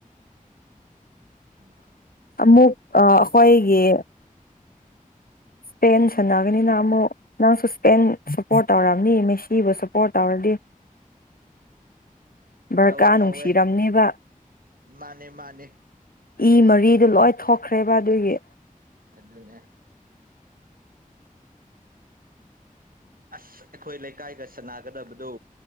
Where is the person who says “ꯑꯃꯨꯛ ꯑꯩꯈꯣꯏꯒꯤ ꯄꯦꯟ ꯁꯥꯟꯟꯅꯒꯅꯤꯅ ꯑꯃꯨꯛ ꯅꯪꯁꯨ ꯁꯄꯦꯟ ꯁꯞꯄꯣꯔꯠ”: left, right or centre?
Left